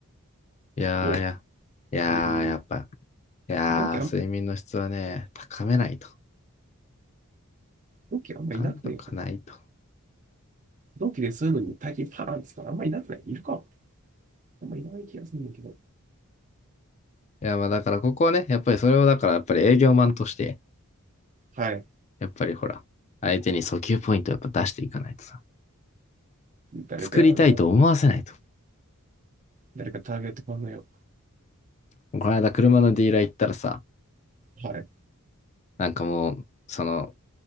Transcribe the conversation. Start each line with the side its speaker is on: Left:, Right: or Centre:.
Left: いやーいや、
Right: 結構、
Left: いやーやっぱ
Right: うん、
Left: いやー、
Right: 同期あん、
Left: 睡眠の質はね、高めないと。
Right: 同期あんまいなくねえかな。
Left: 高めとかないと。
Right: 同期でそういうのに大金パーンって言ったらあんまいなくないいるかあんまいない気がするんだけど。
Left: いや、まあだからここはね、やっぱりそれをだからやっぱり営業マンとして、
Right: はい。
Left: やっぱりほら、相手に訴求ポイントをやっぱ出していかないとさ、
Right: 誰かやな。
Left: 作りたいと思わせないと。
Right: 誰かターゲット考えよ
Left: この間車のディーラー行ったらさ、
Right: う。はい。
Left: なんかもう、その、